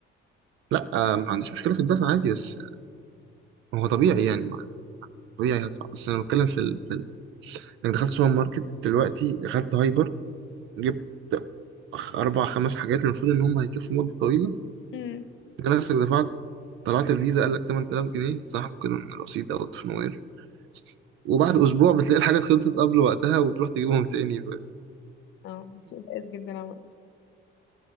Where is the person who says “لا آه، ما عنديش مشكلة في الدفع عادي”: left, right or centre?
Right